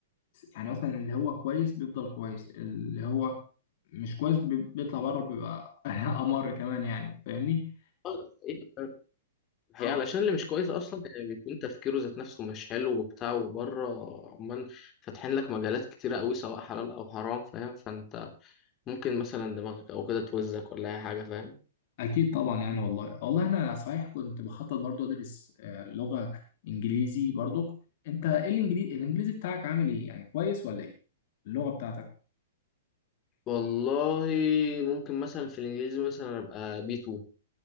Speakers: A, on the left; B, on the left.
A: يعني مثلا اللي هو كويس بيفضل كويس اللي هو مش كويس بي- بيطلع بره بيبقى <laughs> امر كمان يعني فاهمني
B: آه، إيه، آه، هي
A: اه
B: علشان اللي مش كويس اصلا يعني بيكون تفكيره ذات نفسه مش حلو وبتاع وبره عمان فاتحين لك مجالات كتيره قوي سواء حلال او حرام فاهم فانت ممكن مثلا دماغك او كده توزك ولا اي حاجه فاهم
A: أكيد طبعا يعني والله والله أنا صحيح كنت بخطط برضو أدرس آه، لغة إنجليزي برضو أنت إيه الإنجليزي الإنجليزي بتاعك عامل إيه يعني كويس ولا إيه اللغة بتاعتك
B: والله ممكن مثلا في الانجليزي مثلا ابقى بي 2